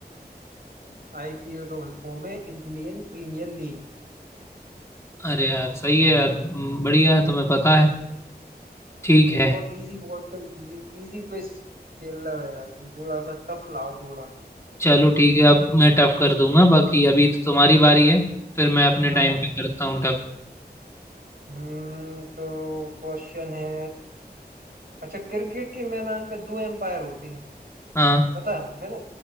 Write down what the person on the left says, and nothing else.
अरे यार सही है यार हम्म, बढ़िया है तुम्हें पता है ठीक
है
चलो ठीक है अब मैं टफ कर दूंगा बाकी अभी तो तुम्हारी बारी है फिर मैं अपने
टाइम पे करता हूँ टफ
हाँ